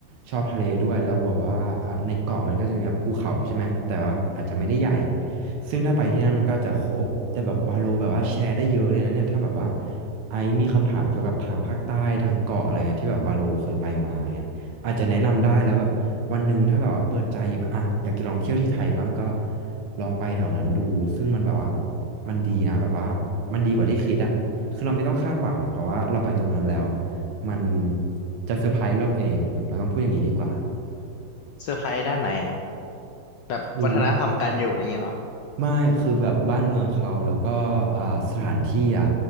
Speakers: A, on the right; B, on the left.
A: ชอบทะเลด้วยแล้วแบบว่าอ่ะในเกาะมันก็จะมีแบบภูเขาใช่ไหมแต่ว่าอาจจะไม่ได้ใหญ่ซึ่งถ้าไปที่นั่นมันก็จะครบแต่แบบวาโลแบบว่าแชร์ได้เยอะเลยนะเนี่ยถ้าแบบว่าไอซ์มีคำถามเกี่ยวกับทางภาคใต้ทางเกาะอะไรเงี้ยที่แบบวาโลเคยไปมาเงี้ยอาจจะแนะนำได้แล้วแบบวันหนึ่งถ้าแบบว่าเปิดใจแบบอ่ะอยากจะลองเที่ยวที่ไทยบ้างก็ลองไปแถวนั้นดูซึ่งมันแบบว่ามันดีนะแบบว่ามันดีกว่าที่คิดอะ คือเราไม่ต้องคาดหวังเพราะว่าเราไปตรงนั้นแล้วมันจะเซอร์ไพรส์เราเองเราต้องพูดอย่างนี้ดีกว่า
B: เซอร์ไพรส์ด้านไหนอะแบบวัฒนธรรมการอยู่อย่างเงี้ยเหรอ
A: คือไม่คือแบบบ้านเมืองเขาแล้วก็อ่าสถานที่อ่ะ